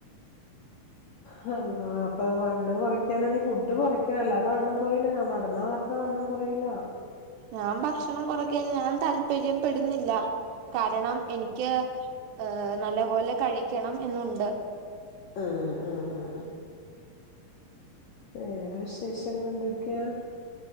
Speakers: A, on the left; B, on the right.
A: ഹ് ള്ളാ പ്പൊ വണ്ണം കുറക്കാനാണെങ്കിഫുഡ് കുറക്കണ അല്ലാതെ വണ്ണം കുറയില നടന്നാമാത്രം വണ്ണം കുറയില്ലാ
B: ഞാമ്പക്ഷണം കൊറക്കാനി ഞാൻ താല്പര്യപ്പെടുന്നില്ല കാരണം എനിക്ക് ഇഹ്‌നല്ല പോലെ കഴിക്കണം എന്നുണ്ട്
A: ആഹ് ആഹ് ആഹ് വേറെ വിശേഷങ്ങളെന്തെക്കെയാ